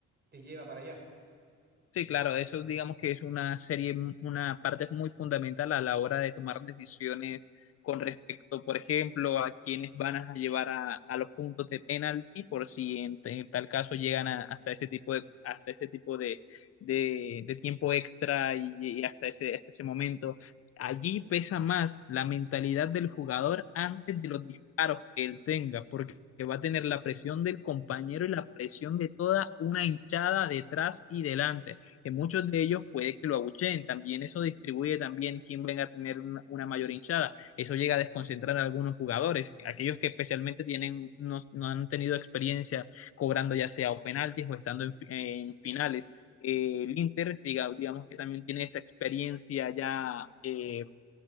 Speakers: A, on the right (about 35°); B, on the left (about 50°).
A: te lleva para allá.
B: Sí, claro, eso digamos que es una serie, una parte muy fundamental a la hora de tomar decisiones con respecto, por ejemplo, a quiénes van a llevar a, a los puntos de penalti, por si en, en tal caso llegan a- hasta ese tipo de, hasta ese tipo de, de, de tiempo extra y, y hasta ese, hasta ese momento. Allí pesa más la mentalidad del jugador antes de los disparos que él tenga, porque que va a tener la presión del compañero y la presión de toda una hinchada detrás y delante que muchos de ellos puede que lo abucheen, también eso distribuye también quién venga a tener una, una mayor hinchada, eso llega a desconcentrar a algunos jugadores, aquellos que especialmente tienen, no, no han tenido experiencia cobrando ya sea o penaltis o estando en, en finales, eh, el Inter, siga, digamos que también tiene esa experiencia ya, eh,